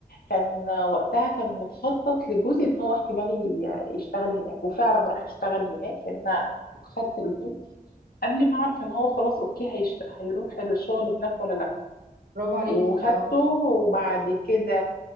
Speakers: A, on the left; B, on the right.
A: كان وقتها كان متخطط لجوزي ان هو احتمال ي- يشتغل هناك وفعلا راح اشتغل هناك يعني انا خدت الكورس قبل ما اعرف ان هو خلاص اوكي هيشت... هيروح الشغل هناك ولا لا
B: برافو عليكي
A: وخدته
B: اه
A: وبعد كده